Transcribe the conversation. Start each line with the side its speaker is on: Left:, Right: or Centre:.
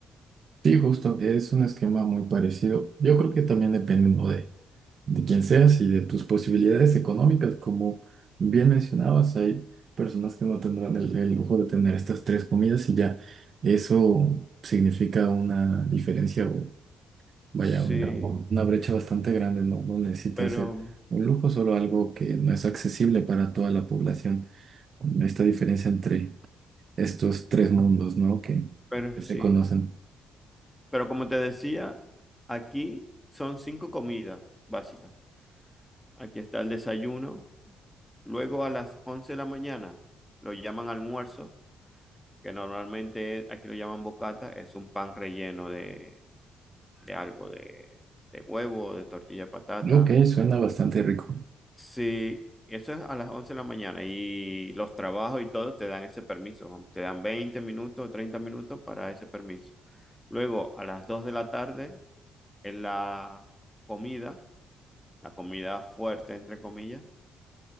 Right: Sí, justo, es un esquema muy parecido. Yo creo que también depende ¿no? de quien seas y de tus posibilidades económicas. Como bien mencionabas, hay personas que no tendrán el, el lujo de tener estas tres comidas y ya eso significa una diferencia o vaya,
Centre: Sí,
Right: una, una brecha bastante grande. No, no necesita
Centre: pero,
Right: ser un lujo, solo algo que no es accesible para toda la población. Esta diferencia entre estos tres mundos, ¿no? Que,
Centre: pero
Right: se
Centre: sí.
Right: conocen.
Centre: Pero como te decía, aquí son cinco comidas básicas. Aquí está el desayuno. Luego a las 11 de la mañana lo llaman almuerzo, que normalmente aquí lo llaman bocata, es un pan relleno de de algo, de, de huevo, de tortilla de patata.
Right: Ok, suena bastante rico.
Centre: Sí, eso es a las 11 de la mañana y los trabajos y todo te dan ese permiso, te dan 20 minutos, 30 minutos para ese permiso. Luego, a las 2 de la tarde es la comida, la comida fuerte, entre comillas.